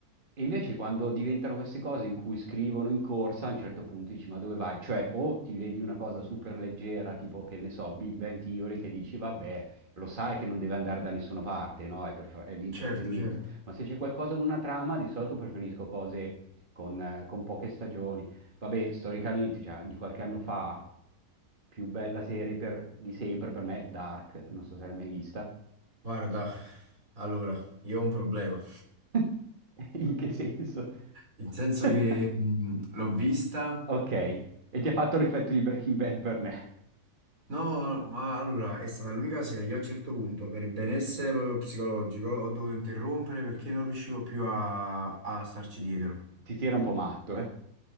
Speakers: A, on the right; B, on the right.
A: E invece quando diventano queste cose in cui scrivono in corsa, a un certo punto dici, ma dove vai? Cioè, o ti vedi una cosa super leggera, tipo, che ne so, Big Bang Theory, che dici, vabbè, lo sai che non deve andare da nessuna parte, no? È, per fa- è di intrattenimento.
B: Certo, certo.
A: Ma se c'è qualcosa con una trama, di solito preferisco cose con, eh, con poche stagioni. Vabbè, storicamente, cioè, di qualche anno fa, più bella serie per- di sempre per me, Dark, non so se l'hai mai vista.
B: Guarda, allora, io ho un problema,
A: <laughs> In che senso?
B: nel senso
A: <laughs>
B: che mh, l'ho vista.
A: Ok, e ti ha fatto l'effetto di Breaking Bad per me.
B: No, ma allora è stata l'unica serie che a un certo punto, per benessere proprio psicologico, ho dovuto interrompere perché non riuscivo più a, a starci dietro.
A: Ti tira un po' matto, eh?